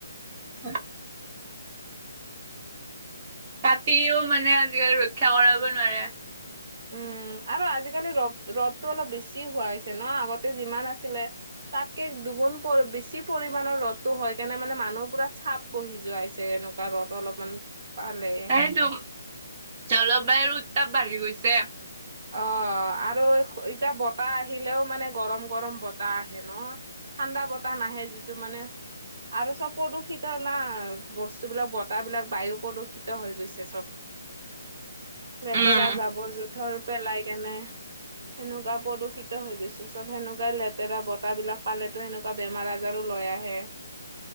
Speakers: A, on the right; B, on the right.
A: <inaudible> তাতিও মানে আজিকাঢ়ি ৰক্ষা কৰাব নোৱাৰে।
B: উম, আৰু আজিকালি ৰ'দ ৰ'দটো অলপ বেছি হোৱা হৈছে ন' আগতে যিমান আছিলে। তাতকে দুগুণ প বেছি পৰিমণৰ ৰ'দটো হয় কাৰণে মানে মানুহৰ পুৰা চাপ বহি যোৱাইছে, এনেকুৱা ৰ'দ অলপমান পালে।
A: সেইটো জলবায়ুৰ উত্তাপ বাঢ়ি গৈছে।
B: অ', আৰু এতিয়া বতাহ আহিলেও মানে গৰম গৰম বতাহ আহে ন'। ঠাণ্ডা বতাহ নাহে যিটো মানে আৰু চব প্ৰদূষিত না, বস্তুবিলাক, বতাহবিলাক, বায়ু প্ৰদূষিত হৈ গৈছে চব। লেতেৰা
A: উম
B: জাবৰ-জোথৰ পেলাই কেনে। সেনেকুৱা প্ৰদূষিত হৈ গৈছে চব, সেনেকুৱাই লেতেৰা বতাহবিলাক পালেটো সেনেক কুৱা বেমাৰ আজাৰো লৈ আহে।